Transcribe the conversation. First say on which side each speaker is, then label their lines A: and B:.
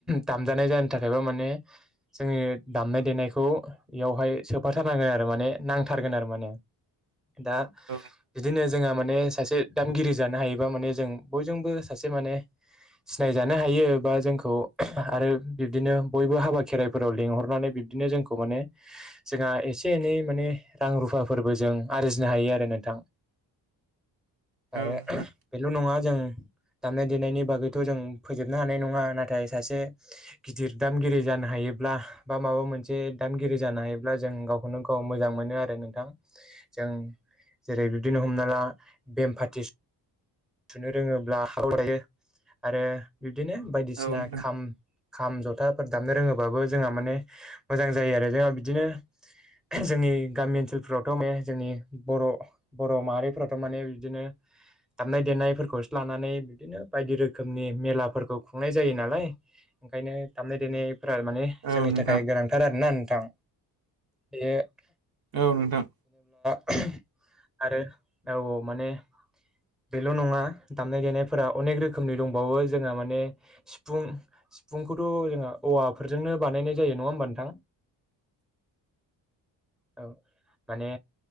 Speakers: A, in the centre; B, on the right.
A: दामजानाय जानो थाखायबा माने ओ जोंनि दामनाय देनायखौ बेयावहाय सोफाथारनांगोन आरो माने नांथारगोन आरो माने। दा
B: औ
A: बिदिनो जोंहा माने सासे दामगिरि जानो हायोबा माने जों। बयजोंबो सासे माने सिनाय जानो हायो बा जोंखौ आरो बिबदिनो बयबो हाबा खेराइफोर रल लिंहरनानै बिब्दिनो जोंखौ माने जोंहा एसे एनै माने रां रुफाफोरबो जों आरजिनो हायो आरो नोंथां। आरो
B: औ नोंथां
A: बेल नङा दामनाय-देनायनि बागैथ जों फोजोबनो हानाय नङा नाथाय सासे गिदिर दामगिरि जानो हायो ब्ला बा माबा मोनसे दामगिरि जानो हायोब्ला जों गावखौनो गाव मोजां मोनो आरो नोंथां। जों जेरै बिब्दिनो हमना ला बेमफारटि थुनो रोङोब्ला <unintelligible> हायो आरो बिबदिनो बायदिसिना
B: औ नोंथां
A: खाम खाम, जथाफोर दामनो रोङोबाबो जोंहा माने मोजां जायो आरो जोंहा बिदिनो जोंनि गामि ओनसोलफोरावथ माने जोंनि बर' बर' माहारिफोराथ माने बिदिनो दामनाय-देनायफोरखौसो लानानै बिदिनो बायदि रोखोमनि मेलाफोरखौ खुंनाय जायो नालाय ओंखायनो दामनाय-देनाय फ्रा माने
B: औ
A: जोंनि
B: नोंथां
A: थाखाय गोनांथार आरोना नोंथां। बेयो
B: औ नोथां
A: आरो औ माने बेल नङा। दामनाय-देनायफोरा अनेक रोखोमनि दंबावो जोंहा माने सिफुं सिफुंखौथ' जोंहा औवाफोरजोंनो बानायनाय जायो नङा होमबा नोंथां। औ माने